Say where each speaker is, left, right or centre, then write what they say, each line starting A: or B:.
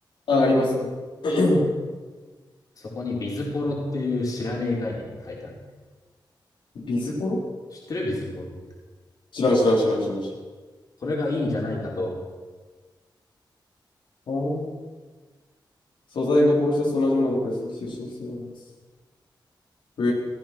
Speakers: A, on the left (about 85°); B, on the left (about 45°).
A: あ、ありますね。<clears throat>
B: そこにビズポロっていう知らねえ概念が書いてある。
A: ビズポロ
B: 知ってるビズポロって。
A: 知らん知らん知らん知らん知らん。
B: これがいいんじゃないかと、
A: あー素材がポロシャツと同じものが分析中心してるんです。へ